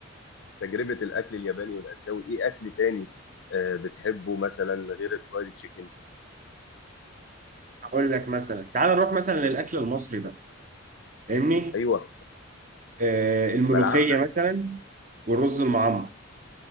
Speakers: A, on the left (about 65°); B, on the right (about 40°).
A: تجربه الاكل الياباني والاسيوي ايه اكل تاني آه، بتحبه مثلا غير الفرايد تشيكن
B: اقول لك مثلا تعال نروح مثلا للاكل المصري بقى فاهمني
A: ايوه
B: آه الملوخيه
A: ملعقنا
B: مثلا والرز المعمر